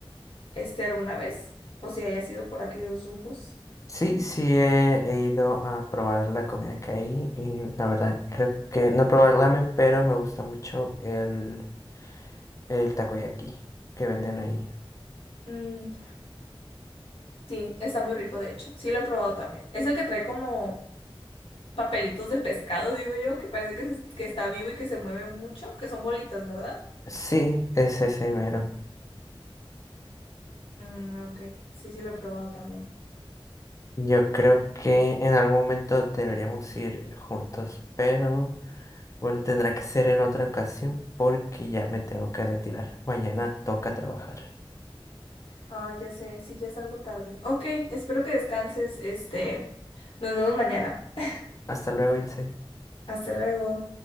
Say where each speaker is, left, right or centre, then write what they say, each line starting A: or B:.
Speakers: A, on the left; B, on the left.
A: este alguna vez o si hayas sido por aquellos rumbos.
B: Sí, sí he, he ido a probar la comida que hay y la verdad creo que no he probado el ramen, pero me gusta mucho el, el takoyaki que venden ahí.
A: Mm, sí, está muy rico de hecho, sí lo he probado también. Es el que trae como papelitos de pescado, digo yo, que parece que, se- que está vivo y que se mueve mucho, que son bolitas, ¿verdad?
B: Sí, es ese mero.
A: Mm, ok, sí, sí lo he probado también.
B: Yo creo que en algún momento deberíamos ir juntos, pero bueno, tendrá que ser en otra ocasión porque ya me tengo que retirar. Mañana toca trabajar.
A: Ah, ya sé, sí, ya salgo tarde. Ok, espero que descanses, este, nos vemos mañana. <laughs>
B: Hasta luego, Ilse.
A: Hasta luego.